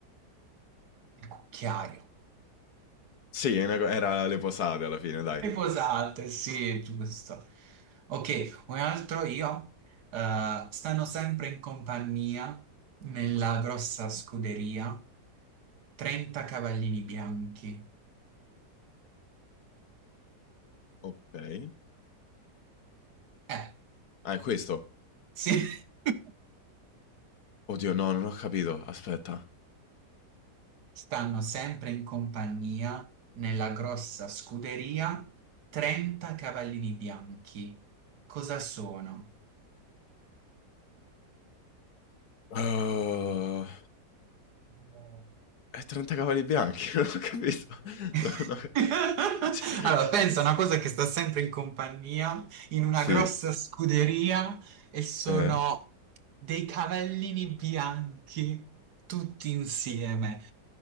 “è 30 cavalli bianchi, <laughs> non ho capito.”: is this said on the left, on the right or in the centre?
Left